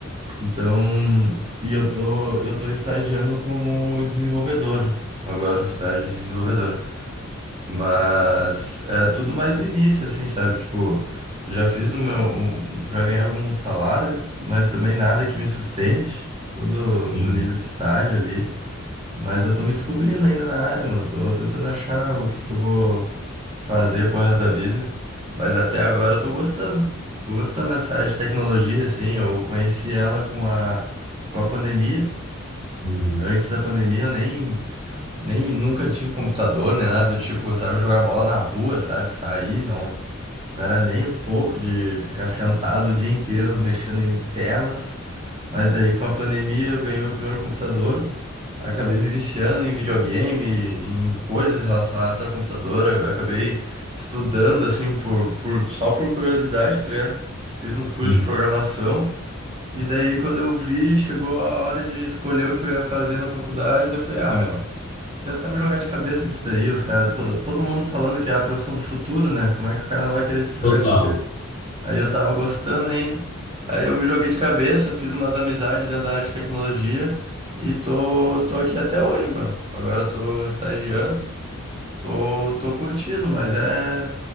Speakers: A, on the right (about 25°); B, on the left (about 30°).
A: Então, e eu tô, eu tô estagiando como desenvolvedor agora, estágio de desenvolvedor. Mas é tudo mais no início, assim, sabe? Tipo, já fiz o meu. um- já ganhei alguns salários, mas também nada que me sustente. Tudo no
B: Sim.
A: nível de estágio ali. Mas eu tô me descobrindo ainda na área, mano. Tô tentando achar o que que eu vou fazer pro resto da vida. Mas até agora eu tô gostando. Tô gostando dessa área de tecnologia, assim. Eu conheci ela com a, com a pandemia.
B: Uhum.
A: Antes da pandemia eu nem. Nem nunca tive computador, nem nada do tipo, gostava de jogar bola na rua, sabe? Sair, não, não era nem um pouco de ficar sentado o dia inteiro mexendo em telas. Mas daí com a pandemia eu ganhei meu primeiro computador, acabei me viciando em videogame, em coisas relacionadas ao computador, eu acabei estudando assim por, por só por curiosidade, tá ligado? Fiz uns cursos
B: <laughs> sim,
A: de programação e daí quando eu vi, chegou a hora de escolher o que eu ia fazer na faculdade, daí eu falei, ah, meu, Tentar me jogar de cabeça nisso daí, os caras, todo mundo falando que é a profissão do futuro, né? Como é que o cara não vai querer se jogar
B: total.
A: de cabeça? Aí eu tava gostando ainda. Aí eu me joguei de cabeça, fiz umas amizades dentro da área de tecnologia e tô, tô aqui até hoje, meu. Agora eu tô estagiando. Tô, tô curtindo, mas é,